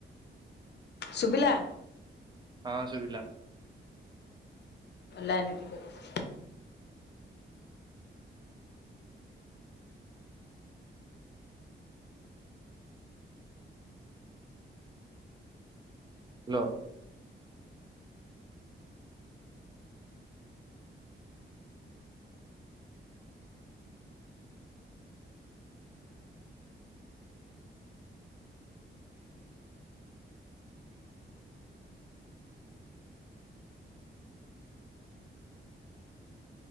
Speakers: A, on the left; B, on the right.
A: ସୁବିଲା।
B: ହଁ ସୁବିଲା।
A: ଲାଇନ ରେ ଟିକେ ରୁଅ।
B: ଲୋ।